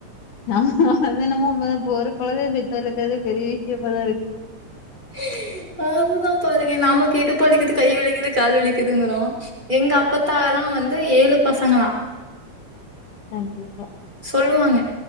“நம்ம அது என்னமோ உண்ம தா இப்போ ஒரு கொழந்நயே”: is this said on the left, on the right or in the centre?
Left